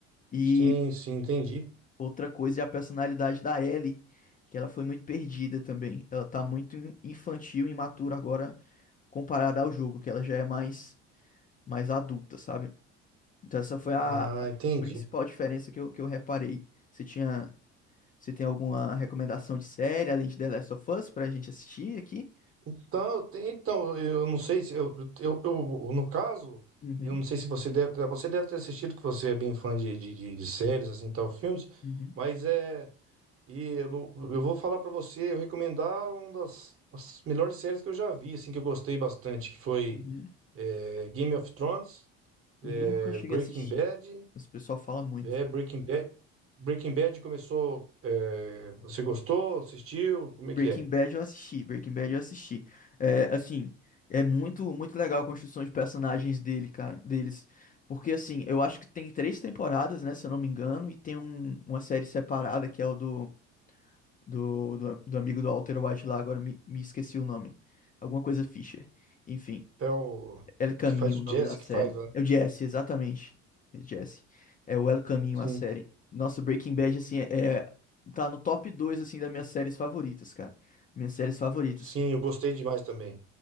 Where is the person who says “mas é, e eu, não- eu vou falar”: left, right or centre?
Right